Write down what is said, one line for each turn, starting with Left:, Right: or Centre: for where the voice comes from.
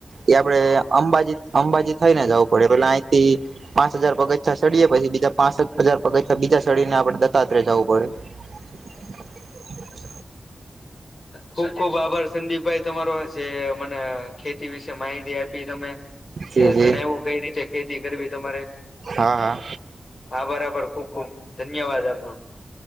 Right: એ આપડે
Left: હા
Right: અંબાજી અંબાજી થઈને જવું પડે પેલા અહીંથી પાંચ હજાર પગચા ચડીએ પછી બીજા પાંસ હજાર પગ બીજા ચઢીને આપડે દતાત્રય જાવું પડે.
Left: ખુબ ખુબ આભાર સંદીપભાઈ તમારો જે મને ખેતી વિશે માહિતી આપી. કે તમે
Right: જી
Left: જે
Right: જી
Left: જણાવ્યું કઈ રીતે ખેતી કરવી તમારે.
Right: હા હા
Left: આભાર આભાર ખુબ ખુબ ધન્યવાદ આપનો.